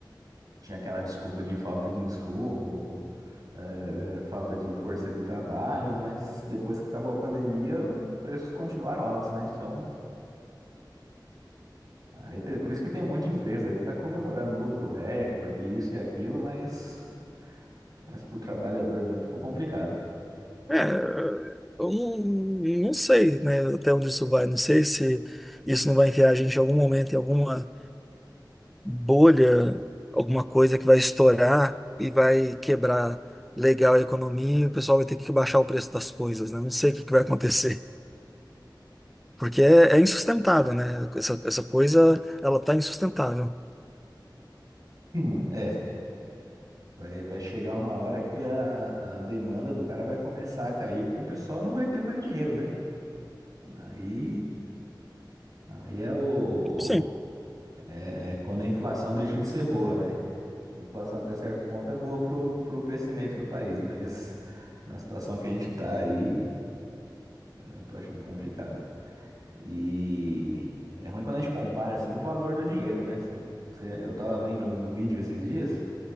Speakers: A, on the right (about 50°); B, in the centre.
A: Tinha aquela desculpa de falta de insumo, é, falta de força de trabalho, mas depois que acabou a pandemia, os preços continuaram altos, né? Então, aí te- por isso que tem um monte de empresa aí que tá comemorando lucro recorde, isso e aquilo, mas, mas pro trabalhador mesmo ficou complicado.
B: É, eu não, não sei, né? Até onde isso vai. Não sei se isso não vai enfiar a gente em algum momento em alguma bolha, alguma coisa que vai estourar e vai quebrar legal a economia e o pessoal vai ter que baixar o preço das coisas, né? Não sei o que que vai acontecer. Porque é, é insustentável, né? Essa, essa coisa, ela tá insustentável.
A: <clears throat> É. Vai, vai chegar uma hora que a, a demanda do cara vai começar a cair, porque o pessoal não vai ter mais dinheiro, né? Aí, aí é o,
B: Sim.
A: é, é quando a inflação deixa de ser boa, né? A inflação até certo ponto é boa pro, pro crescimento do país, mas na situação que a gente tá aí, eu tô achando complicado. E é ruim quando a gente compara, assim, o valor do dinheiro, né? Você- você- eu tava vendo um vídeo esses dias